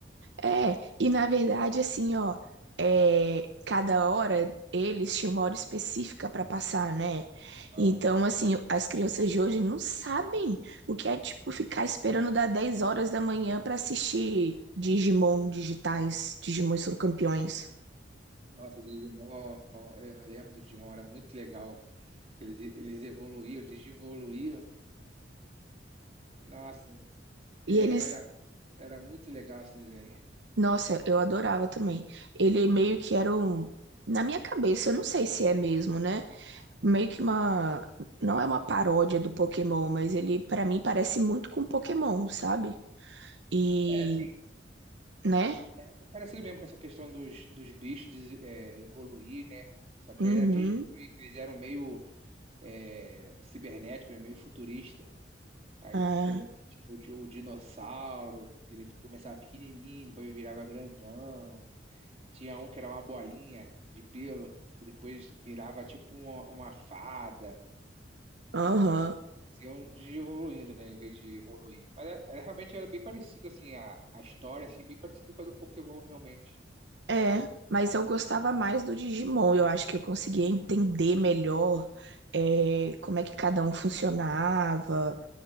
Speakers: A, on the right; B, on the right.
A: É, e na verdade, assim, ó, é, cada hora eles tinham uma hora específica pra passar, né?
B: Ah,
A: Então, assim, as crianças de hoje não sabem o que é, tipo, ficar esperando dar 10 horas da manhã pra assistir Digimon digitais. Digimon são campeões.
B: Nossa, Digimon, ó, eu lembro do Digimon, era muito legal. Eles, eles evoluíam, eles evoluíam. Nossa, é,
A: E eles,
B: era, era muito legal esse desenho.
A: nossa, eu adorava também. Ele meio que era um, na minha cabeça, eu não sei se é mesmo, né? Meio que uma, não é uma paródia do Pokémon, mas ele pra mim parece muito com Pokémon, sabe? E,
B: É, sim,
A: né?
B: era bem parecido mesmo com essa questão dos, dos bichos des- é, evoluir, né? Só que
A: Uhum.
B: era digievoluir, que eles eram meio é, cibernéticos, né? Meio futurista. Aí
A: É.
B: eu lembro que tinha o, di- o dinossauro, que ele começava pequenininho, depois virava grandão. Tinha um que era uma bolinha de pelo, que depois virava tipo uma, uma fada.
A: Aham.
B: Eles iam evoluindo, né, em vez de evoluir. Mas era, era- realmente era bem parecido, assim, a, a história, assim, bem parecida com a do Pokémon, realmente.
A: É, mas eu gostava mais do Digimon. Eu acho que eu conseguia entender melhor é, como é que cada um funcionava